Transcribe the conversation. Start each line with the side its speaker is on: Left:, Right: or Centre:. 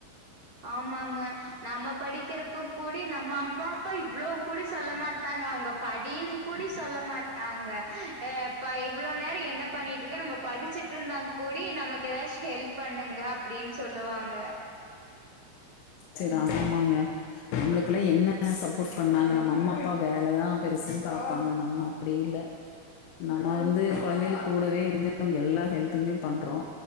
Right: ஆமாங்க நம்ம படிக்கிறப்போ கூடி நம்ம அம்மாப்பா இவ்ளவ் கூடி சொல்ல மாட்ட மாட்டாங்க அவங்க படின்னு கூடி சொல்ல மாட்டாங்க இப்ப இவ்ளோ நேர என்ன பண்ணிட்ருக்க நம்ம படிச்சிட்ருந்தாங் கூடி நமக்கு ஏதாச்சு ஹெல்ப் பண்ணுங்க அப்டின் சொல்லுவாங்க.
Left: சரி ஆமாங்க நம்மளுக்கெல்லா என்ன சப்போட் பண்ணாங்க நம்ம அம்மா அப்பா வேல தா பெருசுன்னு பாப்பாங்க நம்ம அப்டி இல்ல நம்ம வந்து கொழந்தைகள் கூடவே இருந்து நம்ம எல்லா ஹெல்ப்புமே பண்ணுறோ